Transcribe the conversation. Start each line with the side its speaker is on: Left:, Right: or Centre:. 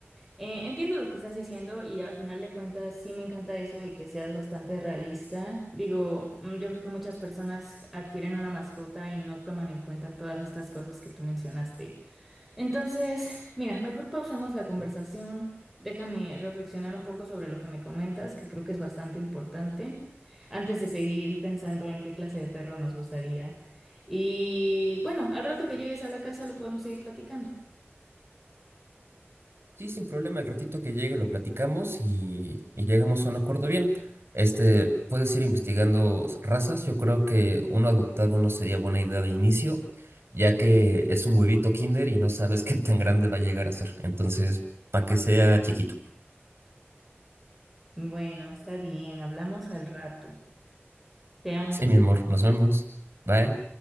Centre: Eh, entiendo lo que estás diciendo y a final de cuentas sí me encanta eso y que seas bastante realista. Digo, mm, yo creo que muchas personas adquieren una mascota y no toman en cuenta todas estas cosas que tú mencionaste. Entonces, mira, mejor pausemos la conversación. Déjame reflexionar un poco sobre lo que me comentas, que creo que es bastante importante, antes de seguir pensando en qué clase de perro nos gustaría. Y bueno, al rato que llegues a la casa lo podemos seguir platicando.
Right: Sí, sin problema, el ratito que llegue lo platicamos y, y llegamos a un acuerdo bien. Este, puedes ir investigando razas. Yo creo que uno adoptado no sería buena idea de inicio, ya que es un huevito kinder y no sabes qué tan grande va a llegar a ser. Entonces, para que sea chiquito.
Centre: Bueno, está bien, hablamos al rato. Te amo.
Right: Sí, mi amor, nos vemos. Bye.